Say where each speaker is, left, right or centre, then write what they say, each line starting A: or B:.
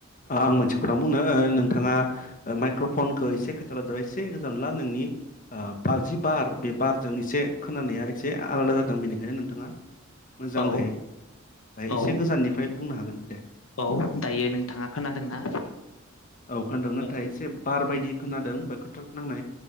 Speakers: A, on the left; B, on the left.
A: आं मोनसे खोथ बुंनो नोंथाङा ओ माइक्र'फनखौ एसे खाथिङावलादोंब्ला एसे गोजान ला नोंनि ओ बार जि बार बे बारजों एसे खोनानाया एसे आलादा जादों बेनिखायनो नोंथाङा मोजां
B: औ
A: है बेय
B: औ
A: एसे गोजाननिफ्राय बुंनो हागोन। दे
B: औ दायो नोंथाङा खोनादोंना?
A: औ खोनादों नाथाय
B: औ।
A: एसे बार बायदि खोनादों बा खोथा नांनाय